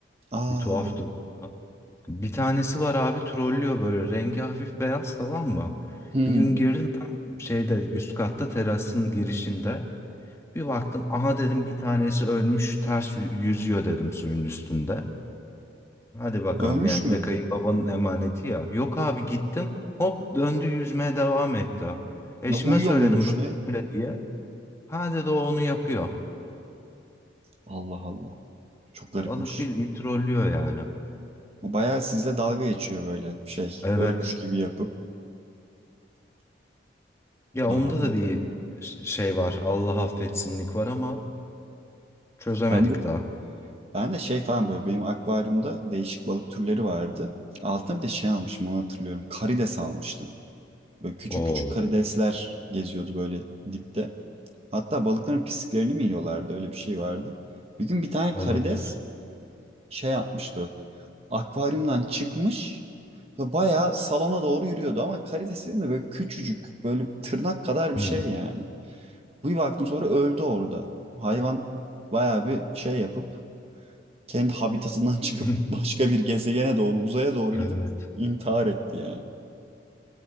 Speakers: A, on the right; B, on the left.
A: Aa.
B: Bir tuhaf duruyor. Bir tanesi var abi trollüyor böyle rengi hafif beyaz tamam mı?
A: Hmm.
B: Bir gün girdim tam şeyde üst katta terasın girişinde. Bir baktım aha dedim bir tanesi ölmüş ters yü- yüzüyor dedim suyun üstünde. Hadi bakalım
A: Ölmüş
B: yani bir
A: mü?
B: de kayınbabanın emaneti ya. Yok abi gittim hop döndü yüzmeye devam etti. Eşime
A: Ne uyuyor
B: söyledim
A: muymuş
B: böyle
A: ne?
B: böyle diye. Ha dedi o onu yapıyor.
A: Allah Allah. Çok garipmiş.
B: Balık bildiğin trollüyor yani.
A: Bu bayağı sizle dalga geçiyor böyle şey.
B: Evet.
A: Ölmüş gibi yapıp.
B: Ya
A: Aa
B: onda
A: balık.
B: da bir ş- şey var. Allah affetsinlik var ama çözemedik
A: Ben de,
B: daha.
A: ben de şey falan böyle benim akvaryumda değişik balık türleri vardı. Altına bir de şey almışım onu hatırlıyorum. Karides almıştım. Böyle küçük
B: Oo.
A: küçük karidesler geziyordu böyle dipte. Hatta balıkların pisliklerini mi yiyorlardı öyle bir şey vardı. Bir gün bir tane
B: Olabilir.
A: karides şey yapmıştı. akvaryumdan çıkmış ve bayağı salona doğru yürüyordu ama karides değil mi? Böyle küçücük, böyle tırnak kadar bir
B: Hmm.
A: şey yani. Bir baktım sonra öldü orada. Hayvan bayağı bir şey yapıp kendi habitatından çıkıp
B: <laughs>
A: <laughs> başka bir gezegene doğru, uzaya doğru
B: Evet.
A: gidip intihar etti yani.